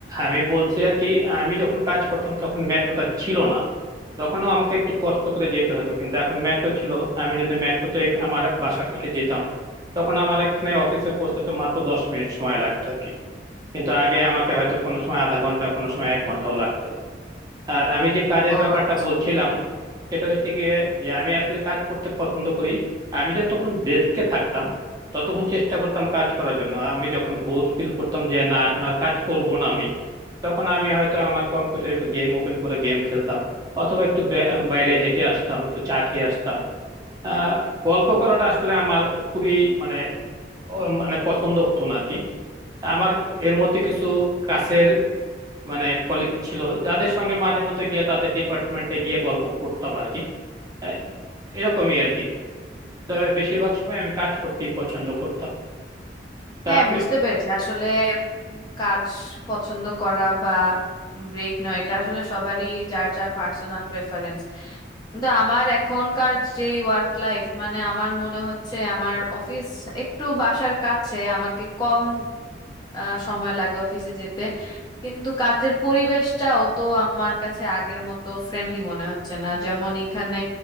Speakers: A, on the right (about 20°); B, on the left (about 25°).
A: আমি বলছি আর কি আমি যখন কাজ করতাম তখন মেট্রোটা ছিল না তখনও আমাকে একটু কষ্ট করে যেতে হতো কিন্তু এখন মেট্রো ছিল আমি যদি মেট্রোতে আমার বাসার থেকে যেতাম তখন আমার এখানে অফিসে পৌঁছতে মাত্র দশ মিনিট সময় লাগতো আর কি কিন্তু আগে আমাকে হয়তো কোনো সময় আধা ঘন্টা কোনো সময় এক ঘন্টাও লাগতো আর আমি যে কাজের
B: ও
A: ব্যাপারটা
B: আচ্ছা
A: বলছিলাম সেটা হচ্ছে গিয়ে যে আমি আসলে কাজ করতে পছন্দ করি আমি যতক্ষণ ডেস্কে থাকতাম ততক্ষণ চেষ্টা করতাম কাজ করার জন্য আমি যখন বোর ফিল করতাম যে না এখন আর কাজ করব না আমি তখন আমি হয়তো আমার কম্পিউটার একটু গেম ওপেন করে গেম খেলতাম অথবা একটু বে- বাইরে হেঁটে আসতাম একটু চা খেয়ে আসতাম আহ গল্প করাটা আসলে আমার খুবই মানে ও- মানে পছন্দ হতো না আর কি আমার এর মধ্যে কিছু কাছের মানে কলিগ ছিল যাদের সঙ্গে মাঝে মধ্যে গিয়ে তাদের ডিপার্টমেন্টে গিয়ে গল্প করতাম আর কি আহ, এরকমই আর কি তবে বেশিরভাগ সময় আমি কাজ করতেই পছন্দ করতাম তা
B: হ্যাঁ
A: আপনি
B: বুঝতে পেরেছি আসলে কাজ পছন্দ করা বা ব্রেক নয় এটা আসলে সবারই যার যার পার্সোনাল প্রেফারেন্স কিন্তু আমার এখনকার যে ওয়ার্ক লাইফ মানে আমার মনে হচ্ছে আমার অফিস একটু বাসার কাছে আমাকে কম আহ, সময় লাগে অফিসে যেতে কিন্তু কাজের পরিবেশটাও তো আমার কাছে আগের মতো ফ্রেন্ডলি মনে হচ্ছে না যেমন এখানে